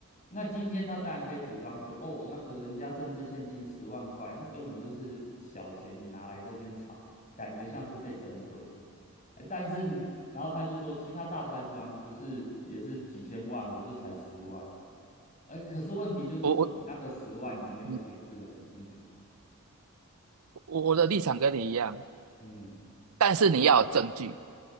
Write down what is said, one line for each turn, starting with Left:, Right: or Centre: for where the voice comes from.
Left: 那今天他当然可以主张说，哦，那个人家政治现金十万块，那根本就是小钱，你拿来这边炒，感觉像是被针对。哎，但是然后他就说，其他大财团不是也是几千万，我这才十万。呃，可是问题就是说，
Right: 我我
Left: 你那个十万你没有解释的很清楚啊。
Right: 嗯我我的立场跟你一样，
Left: 嗯，
Right: 但是你要有证据，